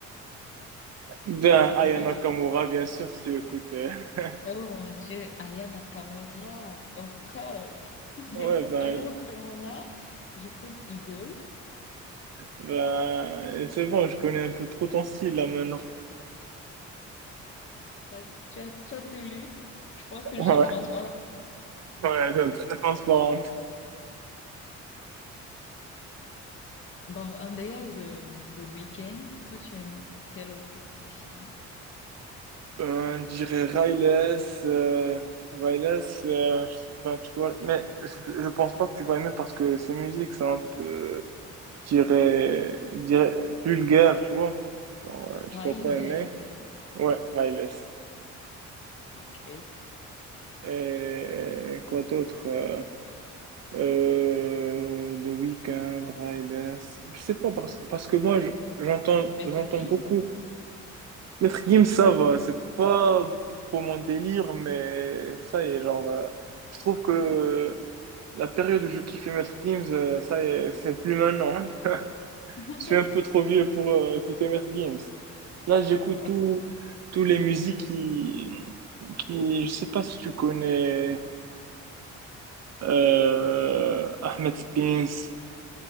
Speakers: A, on the right; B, on the left.
A: Ben,
B: y a Cardi
A: Aya
B: B
A: Nakamura,
B: et...
A: bien sûr, si tu écoutes. euh. <laughs>
B: Oh mon Dieu, Aya Nakamura, of course. <laughs> J'écoute
A: Ouais, ben,
B: Aya Nakamura, j'écoute Isole.
A: ben, c'est bon, je connais un peu trop ton style, là, maintenant.
B: Tu as, tu as tu as tout lu. Je pense que
A: <laughs>
B: je suis transparente.
A: Ouais, c'est très transparente.
B: Bon, en dehors de, de Weeknd, toi, tu aimes quel autre musicien?
A: Ben, je dirais Riles, euh, Riles, euh, ben, tu dois, mais je, je pense pas que tu vas aimer parce que ses musiques sont un peu, je dirais, je dirais vulgaires, tu vois. Alors, euh, tu
B: Ray
A: vas pas
B: Lest,
A: aimer. Ouais, Riles.
B: ok.
A: Et quoi d'autre? Euh, euh, The Weeknd, Riles. Je sais pas parce, parce que moi, je- j'entends,
B: Maître
A: j'entends
B: Gims?
A: beaucoup. Le trim, ça va, c'est pas trop mon délire, mais ça y est, genre, euh, je trouve que la période où je kiffais Maître Games euh, ça y est, c'est plus maintenant. <laughs>
B: <laughs>
A: Je suis un peu trop vieux pour euh, écouter Maître Games. Là, j'écoute
B: Voilà.
A: tout, tous les musiques qui, qui, je sais pas si tu connais, euh, Ahmed Spins,